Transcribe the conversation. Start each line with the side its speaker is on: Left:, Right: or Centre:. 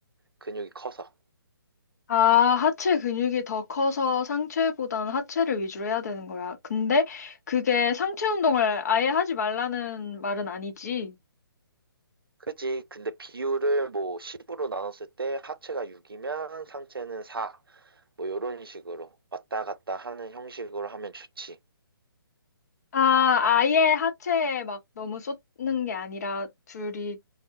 Right: 근육이 커서.
Left: 아, 하체 근육이 더 커서 상체보다는 하체를 위주로 해야 되는 거야. 근데 그게 상체 운동을 아예 하지 말라는 말은 아니지.
Right: 그지? 근데 비율을 뭐 10으로 나눴을 때 하체가 6이면 상체는 4. 뭐 요런 식으로 왔다 갔다 하는 형식으로 하면 좋지.
Left: 아, 아예 하체에 막 너무 쏟는 게 아니라 둘이